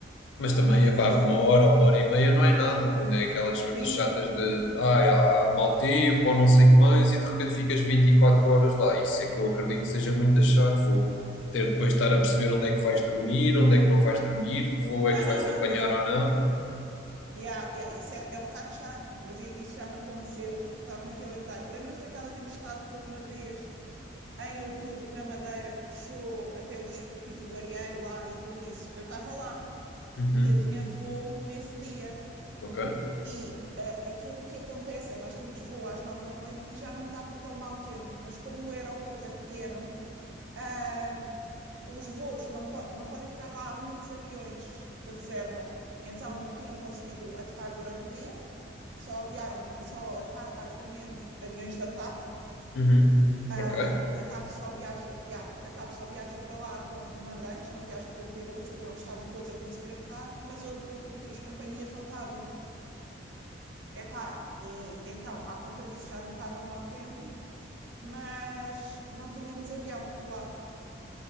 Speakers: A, on the left; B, on the right.
A: Mas
B: Opá,
A: também,
B: essas.
A: epá, uma hora, uma hora e meia não é nada. Quando é aquelas coisas
B: Sim,
A: chatas
B: sim.
A: de ai, há mau tempo ou não sei o que mais e de repente ficas 24 horas lá. Isso é que eu acredito que seja muito chato. Vou ter depois de estar a perceber onde é que vais dormir, onde é que não vais dormir, que voo
B: Não,
A: é que vais
B: não, não,
A: apanhar
B: mas
A: ou não.
B: Yeah, yeah, isso é, é um bocado chato, mas i- isso já me aconteceu. Estava-me aqui a lembrar. Lembras-te daquela tempestade que houve uma vez em outubro na Madeira que fechou até os- o Pico do Arieiro lá e tudo isso? Eu estava lá
A: Uhum.
B: e eu tinha voo nesse dia.
A: Ok.
B: E ah, aquilo que acontece é nós tínhamos voo às nove da noite e já não estava tão mau tempo, mas como o aeroporto é pequeno, ah, os voos não, po- não podem ficar lá há muitos aviões de reserva. Então não tinham conseguido aterrar durante o dia só aviaram, só aterraram basicamente aviões da TAP,
A: Uhum.
B: ah,
A: Ok.
B: porque a TAP só viaja, yeah, porque a TAP só viaja para lá com comandantes, não viaja com pilotos, então eles estavam todos a conseguir aterrar, mas outro, outras companhias não estavam. Epá, e então, à conta disso, já não estava mau tempo, mas não tínhamos avião lá.